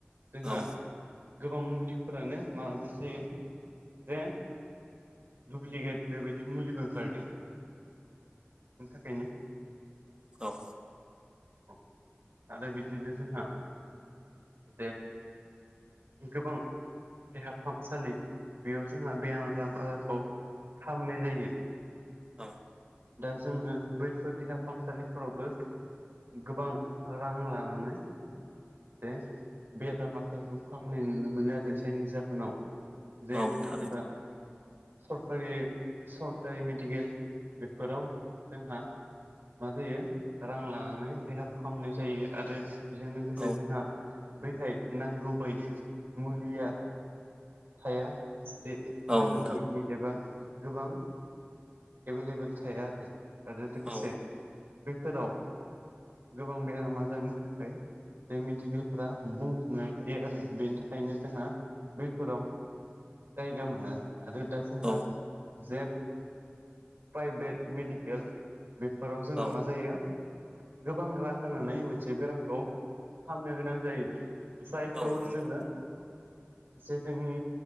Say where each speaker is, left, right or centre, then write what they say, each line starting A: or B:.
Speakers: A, on the right; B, on the right.
A: जोंहा
B: औ
A: गोबां मुलिफोरानो माबा जायो जे दुप्लिकेट बेबायदि मुलिबो ओंखारदों बेनि थाखायनो
B: औ
A: अ आरो बिदिनो जोंहा जे गोबां देहा फाहामसालि बेयाव जोंहा बे आराम आजारखौ फाहामनाय जायो
B: औ
A: दा जोङो बैफोर देहा फाहामसालिफोरावबो गोबां रां लानानै जे बेराम आजारखौ फाहामनाय नुनो मोनो आरो जायनि जाहोनाव जे
B: औ थारै
A: एबा सरकारि सरकारि मेडिकेल बेफोराव जोंहा मा जायो रां लानानै देहा फाहामनाय जायो आरो बेजों लोगोसे
B: औ
A: जोंहा बैहाय नांगौ बायदि मुलिया थाया ए
B: औ
A: नांगौबायायदि
B: नोंथां
A: एबा गोबां एभेलेबेल थाया आरो आरो लोगोसे
B: औ
A: बैफोराव गोबां बेराम आजारनि थाखाय बे मेडिकेलफोरा बुंथनानै थायो आरो बेनि थाखायनो जोंहा बैफोराव जायगा मोना आरो दा जोंहा
B: औ
A: जे प्राइभेट मेडिकेल बेफोराव जोङो
B: औ
A: मा जायो गोबां रां होनानै मोनसे बेरामखौ फाहामनो गोनां जायो जायखौ
B: औ नंगौ
A: जोङो जे जोंनि